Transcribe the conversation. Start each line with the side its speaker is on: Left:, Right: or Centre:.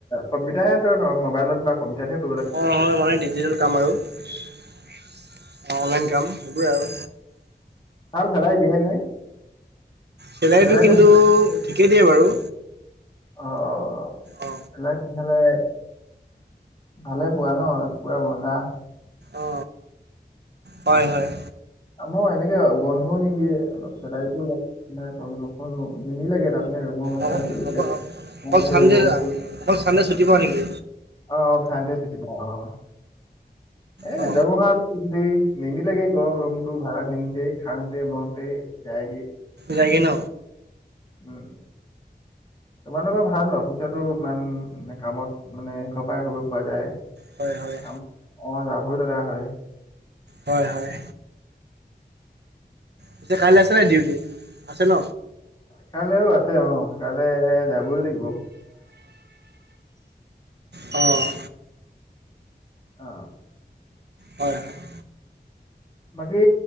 Left: কম্পিউটাৰত হে, মোবাইলত বা কম্পিউটাৰত হে
Right: অ, হয় মানে, ডিজিটেল কাম আৰু অ, অনলাইন কাম সেইবোৰে আৰু।
Left: ভাল, চেলাৰী দিয়ে নে?
Right: চেলাৰীটো
Left: চেলাইটো
Right: কিন্তু, ঠিকেই দিয়ে বাৰু।
Left: অ, অ, অ,
Right: অ
Left: চেলাৰী ঠিকে হ'লে ভালে পোৱা ন, পুৰা মজা।
Right: অ, হয়, হয়।
Left: আমাৰ এনেকে আৰু বন্ধও নিদিয়ে, অলপ চেলাৰীটো কম, নিমিলেগে তাত মানে ৰুমৰ ভাৰা
Right: অক-
Left: দিওঁতে,
Right: অক-
Left: খাওঁতে
Right: অকল চানডে
Left: বহুতে
Right: অকল, চান্দে ছুটি পোৱা নেকি?
Left: অ, চান্দে ছুটী পাওঁ, অ, এই
Right: অ
Left: দৰমহা দি, নিমিলেগে ঘৰৰ ৰুমটো ভাড়া দিওঁতে, খাওঁতে, লওঁতে, যায়গে।
Right: যায়গে ন?
Left: উম, তোমালোকৰ ভাল হয়, আৰু অফিচতো ইমান কামত মানে ঘৰৰ পৰি কৰিব পৰা যায়।
Right: হয় হয়
Left: অ, যাবই লগা হয়।
Right: হয়, হয়। পিছে কাইলৈ আছে নে নাই ডিউটি, আছে ন?
Left: কাইাললৈও আছে অ, কাললৈ যাবই লাগিব।
Right: <unintelligible> অ,
Left: অ,
Right: হয়, হয়।
Left: বাকী